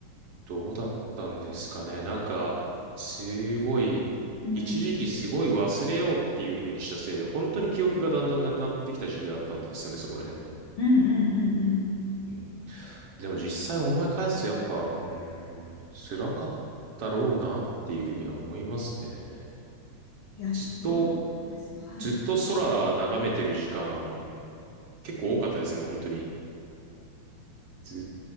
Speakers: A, on the right (about 65°); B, on the left (about 80°).
A: どうだったんですかね。なんか、すごい、
B: うん。
A: 一時期すごい忘れようっていう風にしたせいで、本当に記憶がだんだんなくなってきた時期があったんですよね、そこら辺の。
B: うんうんうんうん。
A: うん。でも実際思い返すと、やっぱ、うーん、辛かったろうなっていう風には思いますね。
B: いや、
A: ずっと、
B: それはそうですよ。はい。
A: ずっと空眺めてる時間、結構多かったですもん、本当に。ずっ